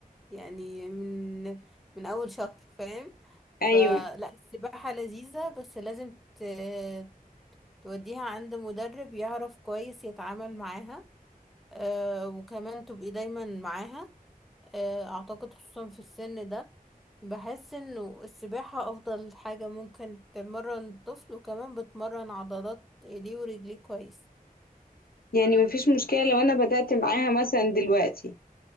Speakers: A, in the centre; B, on the left.
A: يعني من من اول شهر فاهم فلا
B: ايوه
A: السباحة لذيذة بس لازم ت- توديها عند مدرب يعرف كويس يتعامل معاها آه وكمان تبقي دايما معاها آه اعتقد خصوصا في السن ده بحس انه السباحة افضل حاجة ممكن تمرن الطفل وكمان بتمرن عضلات ايديه ورجليه كويس
B: يعني مفيش مشكله لو انا بدات معاها مثلا دلوقتي